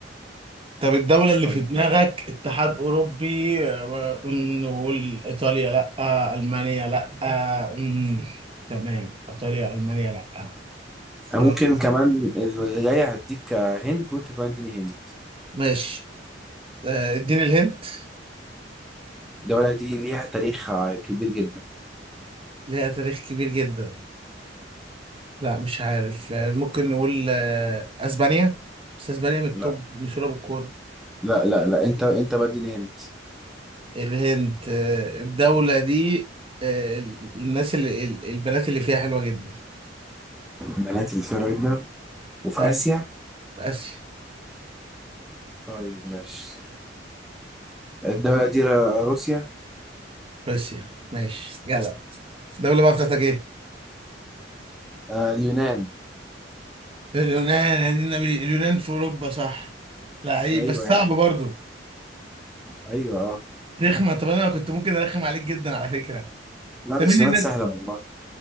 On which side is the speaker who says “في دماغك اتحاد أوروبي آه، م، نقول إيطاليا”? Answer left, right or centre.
Right